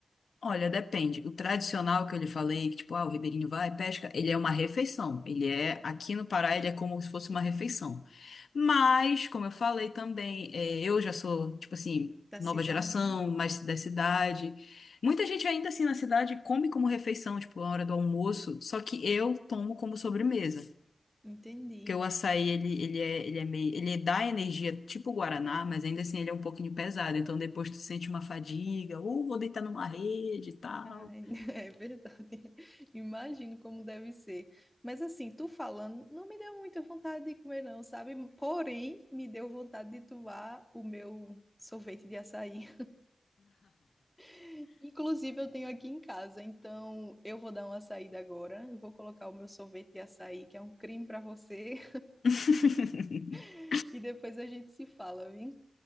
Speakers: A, on the left; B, in the centre.
A: Olha, depende. O tradicional que eu lhe falei, que tipo, ah, o ribeirinho vai, pesca, ele é uma refeição. Ele é, aqui no Pará, ele é como se fosse uma refeição. Mas, como eu falei também, eh, eu já sou, tipo assim,
B: da
A: nova
B: cidade,
A: geração,
B: né?
A: mais da cidade. Muita gente ainda assim na cidade come como refeição, tipo, na hora do almoço, só que eu tomo como sobremesa.
B: Entendi.
A: Porque o açaí, ele, ele é, ele é meio, ele dá energia tipo o guaraná, mas ainda assim ele é um pouquinho pesado. Então depois tu sente uma fadiga, ou vou deitar numa rede e tal.
B: Ai, <laughs> é verdade. Imagino como deve ser. Mas assim, tu falando, não me deu muita vontade de comer, não, sabe? Porém, me deu vontade de tomar o meu sorvete de açaí. <laughs> Inclusive, eu tenho aqui em casa, então eu vou dar uma saída agora. Eu vou colocar o meu sorvete de açaí, que é um crime para você,
A: <laughs>
B: <laughs> e depois a gente se fala, viu?